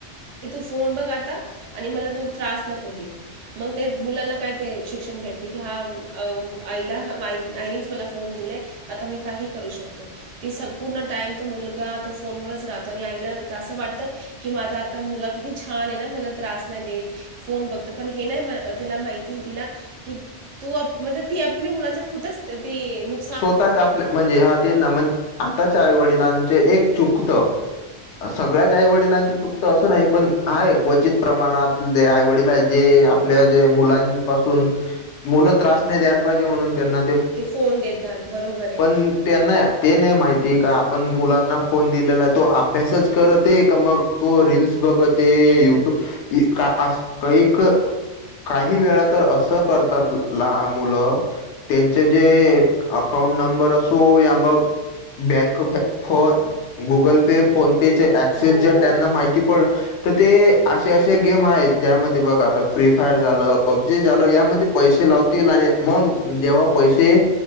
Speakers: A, on the right; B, on the left.
A: की तू फोन बघ आता आणि मला तू त्रास नको देऊ मग ते मुलांना काय ते शिक्षण भेटते की हा आईला आ आईनेच मला फोन दिलय आता मी काही करू शकतो. ती सपूर्ण टाइम तो मुलगा तो फोनवरच राहतो आणि आईला असं वाटत की माझा आ ता मुलं किती छान आहे ना मला त्रास नाही देत फोन बघतोय पण हे नाही त्याला माहिती तिला कि तू म्हणजे ती आपल्या मुलाच खूदच त ती नुक
B: स्वतःच आपल्या म्हणजे हा तेच ना म्हणजे आताच्या वडिलांचे एक चुकत सगळ्याच आई वडिलांची चूकत असं नाही पण हाय क्वचित प्रमाणातले आई वडील आहे जे आपल्या जे मुलांपासून मुलं त्रास नाही द्यायला पाहिजे म्हणून त्यांना
A: ते फोन देतात बरोबर. आहे
B: पण त्यांना ते नाही माहिती का आपण मुलांना फोन दिलेला आहे तो अभ्यासच करते का मग तो रीलस बघते या युट्यूब का अस काही काही वेळा तर असं करतात लहान मुलं त्यांचे जे एक अकाउंट नंबर असो या मग बँक फो गुगल पे फोन- तेचे ऍक्सेस
A: हो
B: जर
A: हो
B: त्यांना
A: हो
B: माहिती पडल तर ते अशे अश्या गेम आहेत. ज्यामध्ये बघ आता फ्री फायर झालं पबजी झालं यामध्ये पैसे लावतील आणि मंग जेव्हा पैसे